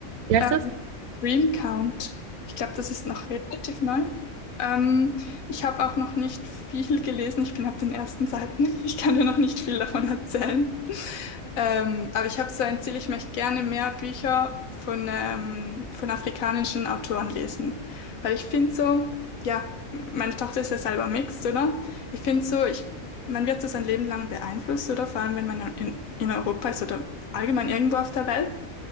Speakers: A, on the right; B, on the left.
A: Wie
B: Ähm,
A: heißt das?
B: Dreamcount. Ich glaube, das ist noch relativ neu. Ähm, ich habe auch noch nicht viel gelesen. Ich bin auf den ersten Seiten. <laughs> Ich kann dir noch nicht viel davon erzählen. Ähm, aber ich habe so ein Ziel, ich möchte gerne mehr Bücher von, ähm, von afrikanischen Autoren lesen. Weil ich finde so, ja, meine Tochter ist ja selber mixed, oder? Ich finde so, ich, man wird so sein Leben lang beeinflusst, oder? Vor allem, wenn man in, in Europa ist oder allgemein irgendwo auf der Welt.